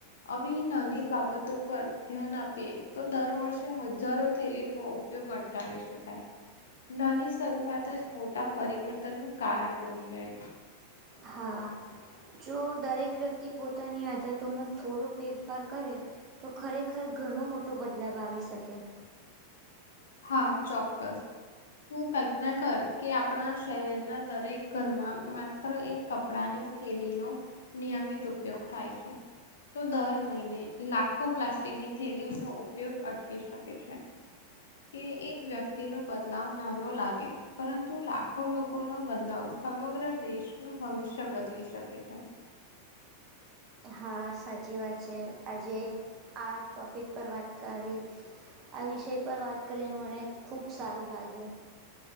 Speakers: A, on the left; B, on the right.
A: આવીવે નાની બાબતો પર ધ્યાન આપીએ તો, દર વર્ષે હજારો થેલીઓનો બ અટકાવી શકાય. નાની શરૂઆત જ મોટા પરિવર્તન નું કારણ બની જાય.
B: હા. જો દરેક વ્યક્તિ પોતાની આદતોમાં થોડો ફેરફાર કરે. તો ખરેખર ઘણો મોટો બદલાવ આવી શકે.
A: હા, ચોક્કસ. તું કલ્પના કર કે, આપણા શહેરના દરેક ઘરમાં માત્ર એક કપડાની થેલીનો નિયમિત ઉપયોગ થાય છે. તો દર મહિને લાખો પ્લાસ્ટિકની થેલીઓ નો ઉપયોગ અટકી શકે છે. કે એક વ્યક્તિ નો બદલાવ નાનો લાગે. પરંતુ લાખો લોકોનો બદલાવ સમગ્ર દેશનું ભવિષ્ય બદલી શકે છે.
B: હા સાચી વાત છે, આજે આ ટોપિક પર વાત કરી. આ વિષય પર વાત કરીને મને ખુબ સારું લાગ્યું.